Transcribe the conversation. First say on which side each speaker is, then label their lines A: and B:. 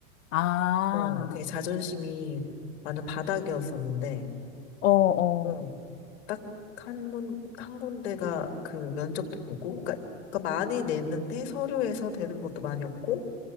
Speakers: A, on the left; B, on the left.
A: 아,
B: 어, 되게 자존심이 완전 바닥이었었는데,
A: 어, 어,
B: 어, 딱 한 군, 한 군데가 그 면접도 보고, 그러니까, 그러니까 많이 냈는데 서류에서 되는 것도 많이 없고,